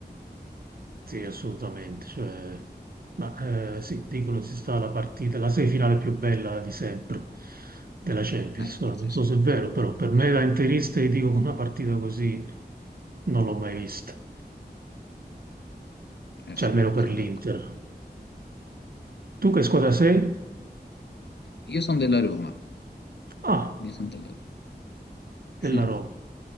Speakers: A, on the right (about 60°); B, on the left (about 85°).
A: Sì, assolutamente. Cioè, ma eh, sì, dicono si sta la partita, la semifinale più bella di sempre della Champions.
B: eh, forse
A: Ora, Non
B: sì.
A: so se è vero, però per me da interista ti dico che una partita così non l'ho mai vista.
B: Eh
A: Cioè,
B: sì,
A: almeno per
B: sono
A: l'Inter.
B: d'accordo.
A: Tu che squadra
B: Eh,
A: sei?
B: Io sono della Roma,
A: Ah,
B: io sono della Roma.
A: della
B: Eh,
A: Roma.